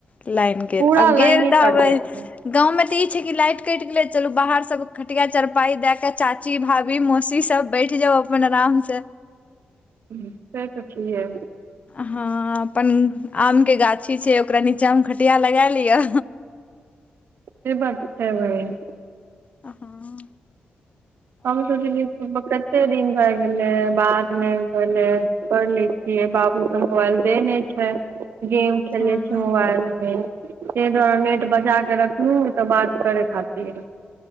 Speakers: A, on the left; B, on the right.
A: लाइन गेल
B: पूरा
A: आब
B: लाइने
A: गेल तऽब
B: कट जाइ छै
A: गाँव मे त ई छै कि लाइट कटि गेलै चलू बाहर सब खटिया चरपाइ दे के चाची भाभी मौसी सब बैठ जाउ अपन आराम से
B: सैरसो छियै
A: हँ अपन आम के गाछी छै ओकरा नीचामे खटिया लगा लिअ
B: से बात छै बहिन
A: हाँ
B: हम सोचलियै कतेक दिन भए गेलै बात नै भेलै कर ले छियै बाबू के मोबाइल दे ने छै गेम खेलै
A: हँ
B: छी मोबाइलमे ताहि दुआरे नेट बचा कऽ रखलहुँ तऽ बात करय खातिर